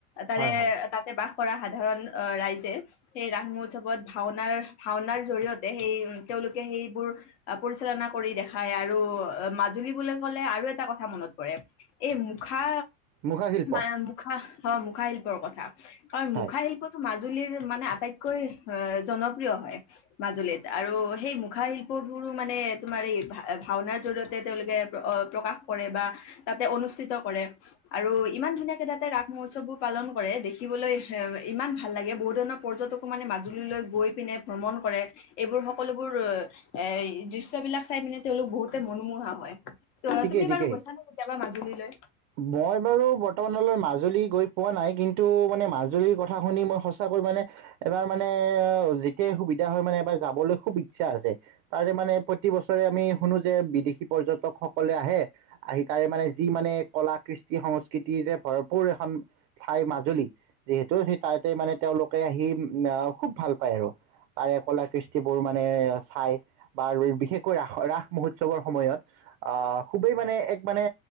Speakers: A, on the left; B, on the right.
A: তাৰে
B: হয় হয়
A: তাতে বাস কৰা সাধাৰণ অ', ৰাইজে সেই ৰাস মহোৎসৱত ভাওনাৰ, ভাওনাৰ জৰিয়তে সেই তেওঁলোকে সেইবোৰ পৰিচালনা কৰি দেখাই আৰু মাজুলী বুলি ক'লে আৰু এটা কথা মনত পৰে! এই মুখা
B: মুখা শিল্প
A: মানে মুখা অ', মুখা শিল্পৰ কথা। কাৰণ
B: হয়
A: মুখা শিল্প মাজুলীৰ মানে আটাইতকৈ অ', জনপ্ৰিয় হয়, মাজুলীত আৰু সেই মুখাশিল্পবোৰো মানে তোমাৰ এই ভা-ভাওনাৰ জৰিয়তে তেওঁলোকে প্ৰকাশ কৰে, বা তাতে অনুষ্ঠিত কৰে। আৰু ইমান ধুনীয়াকে তাতে ৰাস মহোৎসৱবোৰ পালন কৰে, দেখিবলৈ এ, ইমান ভাল লাগে। বহু ধৰণৰ পৰ্যটক মানে মাজুলীলৈ গৈ পিনে ভ্ৰমণ কৰে, এইবোৰ সকলোবোৰ এ, দৃশ্যবিলাক চাই পিনে তেওঁলোক বহুতে মনোমোহা হয়। ত'
B: ঠিকেই
A: তুমি
B: ঠিকেই
A: বাৰু গৈছানে কেতিয়াবা মাজুলীলৈ?
B: মই বাৰু বৰ্তমানলৈ মাজুলী গৈ পোৱা নাই, কিন্তু মানে মাজুলীৰ কথা শুনি মই সঁচাকৈ মানে এবাৰ মানে যেতিয়া সুবিধা হয়, মানে এবাৰ যাবলৈ খুব ইচ্ছা আছে। তাৰে মানে প্ৰতি বছৰে আমি শুনো যে বিদেশী পৰ্যটক সকলে আহে। আহি তাৰে মানে যি মানে কলা কৃষ্টি সংস্কৃতি যে ভৰপৰ এখন ঠাই মাজুলী! যিহেতু সেই তাতে মানে তেওঁলোকে আহি অ', খুব ভাল পায় আৰু। তাৰে কলা কৃষ্টিবোৰ মানে চাই। বা-বিশেষকৈ ৰাস, ৰাস মহোৎসৱৰ সময়ত। আহ, খুবেই মানে এক মানে